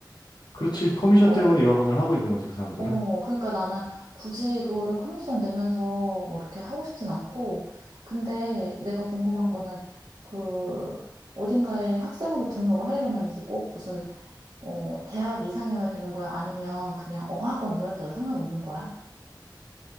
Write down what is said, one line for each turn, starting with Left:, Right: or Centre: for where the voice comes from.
Left: 그렇지. 커미션
Right: 어,
Left: 때문에
Right: 어.
Left: 유학원을 하고 있는 거지, 그 사람들은.
Right: 어, 그러니까 나는 굳이 그거를 커미션 내면서 뭐 이렇게 하고 싶진 않고, 근데 내가 궁금한 거는 그 어딘가에 학생으로 등록을 하려면 이게 꼭 무슨 어, 대학 이상이어야 되는 거야? 아니면 그냥 어학원 이런 데도 상관없는 거야?